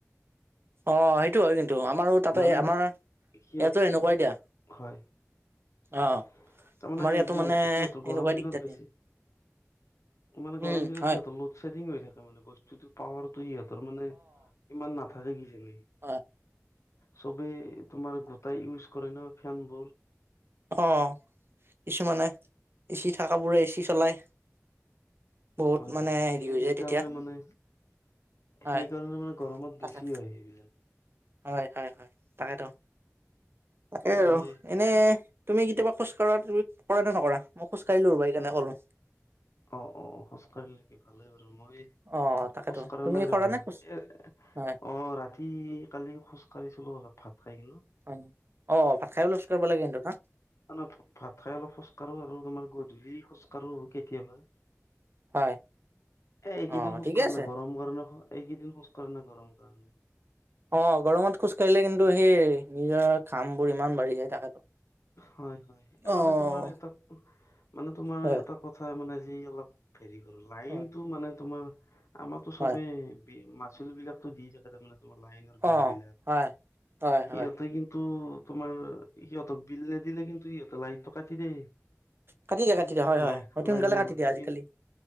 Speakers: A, on the right; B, on the left.
A: অঁ! সেইটো হয় কিন্তু আমাৰো তাতে
B: মানে
A: আমাৰ
B: সি-
A: ইয়াতো
B: সিহঁত
A: এনেকুৱাই দিয়া।
B: হয়
A: অ
B: তাৰমানে
A: আমাৰ ইয়াতো
B: সিহঁত
A: মানে
B: সিহঁতৰ গৰম
A: এনেকুৱাই দিগদাৰ
B: দিনত বেছি
A: দিয়ে।
B: মানে
A: উম
B: গৰম দিনত
A: হয়
B: সিহঁতৰ লগত ছেডিং হৈ থাকে মানে বস্তুটো। পাৱাৰতো সিহঁতৰ মানে ইমান নাথাকে। কিজানি
A: আ',
B: চবেই তোমাৰ গোটাই ইউজ কৰে ন। ফেনবোৰ
A: অ', কিছুমানে এ চি থাকাবোৰে এ চি চলাই। বহুত
B: হয়।
A: মানে
B: হয়।
A: হেৰি
B: এই
A: হৈ
B: সেইকাৰণে
A: যায় তেতিয়া
B: মানে
A: হয়
B: সেইকাৰণে মানে গৰমত
A: তাকে
B: বেছি হয়। সেইবিলাক
A: হয়। হয়। হয়। তাকেতো তাকেই
B: মানে
A: আৰু এনেই তুমি কেতিয়াবা খোজকাঢ়া তুমি কৰা নে নকৰা? মই খোজকাঢ়িলো ৰবা সেইকাৰণে কলো
B: অ', অ, খোজকাঢ়িল নেকি ভালেই বাৰু মই
A: অ', তাকেতো
B: খোজকাঢ়া
A: তুমি
B: নাই ৰবা
A: কৰা নে খোজ
B: এ, অ, ৰাতি উম',
A: হয়,
B: উম, ৰাতি কালি খোজ কাঢ়িছিলো। অলপ ভাত খাই গিলো
A: হয় নি অ, ভাত খাই অলপ খোজকাঢ়িব লাগে। কিন্তু না
B: এনে ভা ভাত খাই। অলপ খোজকাঢ়ো আৰু তোমাৰ গধূলি খোজকাঢ়ো কেতিয়াবা এ',
A: হয়
B: এইকেইদিন
A: অ',
B: খোজকাঢ়া
A: ঠিকে আছে
B: নাই। গৰম কাৰণে এইকেইদিন খোজকাঢ়া নাই। গৰম কাৰণে।
A: অ', গৰমত খোজ কঢ়িলে। কিন্তু সেই নিজৰ ঘামবোৰ ইমান বাঢ়ি যায়। তাকেতো
B: হয়। হয়। এ,
A: অ',
B: মানে তোমাৰ এটা মানে তোমাৰ
A: হয়,
B: এটা কথা মানে যি অলপ হেৰী কৰো। লাইনটো
A: হয়,
B: মানে তোমাৰ আমাৰটো
A: হয়,
B: চবেই বি মাচুলবিলাকতো দি থাকে। তাৰমানে তোমাৰ লাইনৰ বিলবিলাক।
A: অ', হয়, হয়,
B: সিহঁতে
A: হয়।
B: কিন্তু তোমাৰ সিহঁতক বিল নিদিলে কিন্তু সিহঁতে লাইটটো কাটি দেই।
A: কাটি দিয়া কাটি দিয়া হয় হয়
B: লাই
A: অতি সোনকালে
B: লাইনৰ
A: কাটি
B: মানুহে
A: দিয়ে আজিকালি
B: কি?